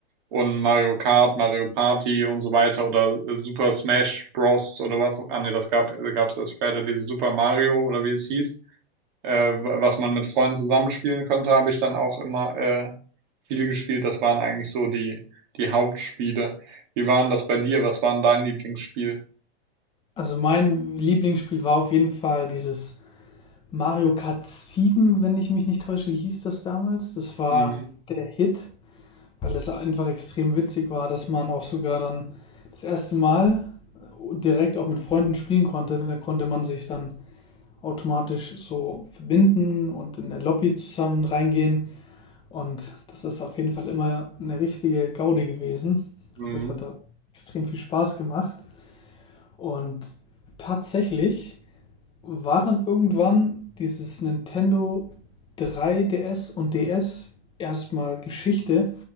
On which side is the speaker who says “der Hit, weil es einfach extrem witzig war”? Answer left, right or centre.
Left